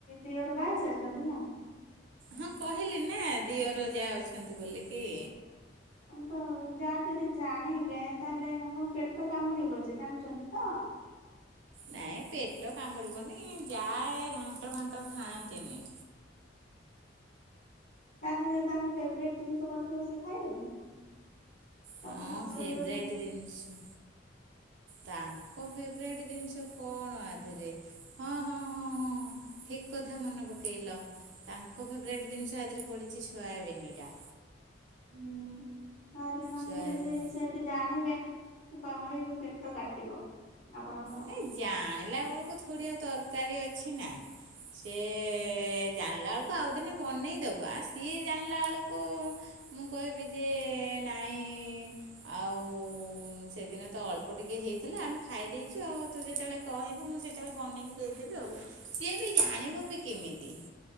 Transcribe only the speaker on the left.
ଦିଅର ବାହାହେଇ ସାରିଚନ୍ତି ନା?
ତ ଯାହା ଯଦି ଜାଣିବେ ତାହେଲେ ଆମ ପେଟ କାମୁଡିବ ଯେ ଜାଣିଚନ୍ତି ତ
ତା ଦେହରେ ଯଦି ତାଙ୍କ ଫେବରଟ୍ ଜିନିଷ ପିଡିଥିବ ସେ ଖାଇବେନି? ତାଙ୍କ
ପସନ୍ଦର
ହୁଁ ତାହେଲେ ତାଙ୍କର
ଯଦି ସେ ଯଦି ଜାଣିବେ କଁଳିବେ ପେଟ କାଟିବ। ଆପଣଙ୍କର।